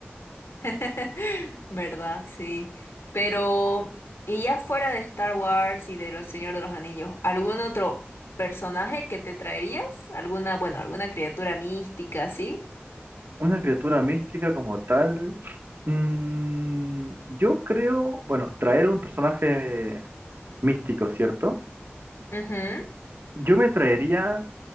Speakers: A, on the left; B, on the right.
A: <laughs> ¿Verdad? Sí. Pero, y ya fuera de Star Wars y de Los Señor de los Anillos, ¿algún otro personaje que te traerías? ¿Alguna, bueno, alguna criatura mística, sí?
B: Una criatura mística como tal. mm, yo creo, bueno, traer un personaje místico, ¿cierto?
A: Ujú.
B: Yo me traería